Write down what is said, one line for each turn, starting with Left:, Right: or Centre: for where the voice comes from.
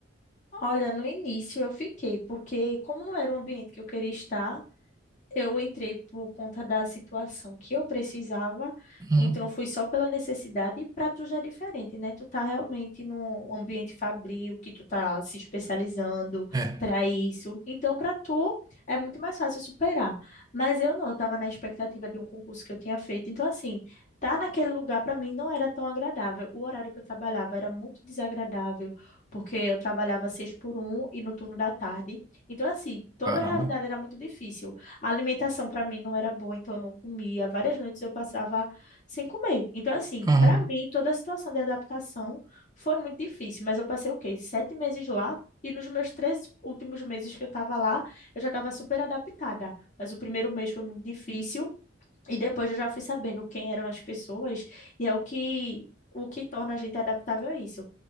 Left: Olha, no início eu fiquei, porque como não era um ambiente que eu queria estar, eu entrei por conta da situação que eu precisava,
Right: Uhum.
Left: então eu fui só pela necessidade, e para tu já é diferente, né? Tu tá realmente num ambiente fabril, que tu tá se especializando
Right: É,
Left: para isso. Então, para tu é muito mais fácil superar. Mas eu não, eu tava na expectativa de um concurso que eu tinha feito. Então, assim, tá naquele lugar para mim não era tão agradável. O horário que eu trabalhava era muito desagradável, porque eu trabalhava seis por um e no turno da tarde. Então, assim, toda
Right: caramba.
Left: a realidade era muito difícil. A alimentação para mim não era boa, então eu não comia. Várias noites eu passava sem comer. Então, assim,
Right: Aham,
Left: para mim, toda a situação de adaptação foi muito difícil. Mas eu passei o quê? Sete meses lá. E nos meus três últimos meses que eu estava lá, eu já estava super adaptada. Mas o primeiro mês foi muito difícil. E depois eu já fui sabendo quem eram as pessoas. E é o que, o que torna a gente adaptável a isso.